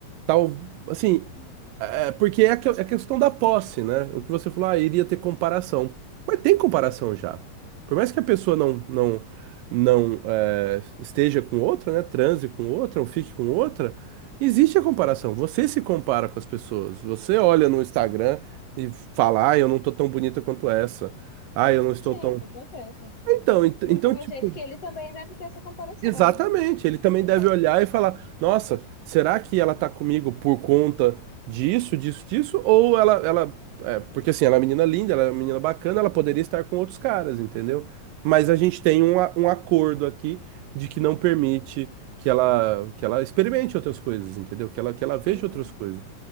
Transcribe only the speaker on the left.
assim.
Sim,
com certeza.
Do
mesmo
jeito que ele também deve ter essa comparação.
Dois
lados,
né?
Uhum.
Uhum.